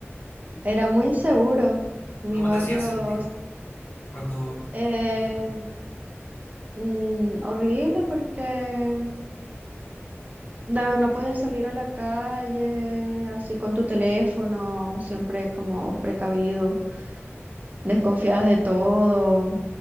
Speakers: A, on the right (about 35°); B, on the left (about 55°).
A: Era muy inseguro. Mi
B: ¿Cómo
A: barrio,
B: te hacía sentir? cuando
A: eh,
B: pequeño.
A: mm, horrible porque da- No podías salir a la calle así con tu teléfono, siempre como precavido, desconfiadas de todo.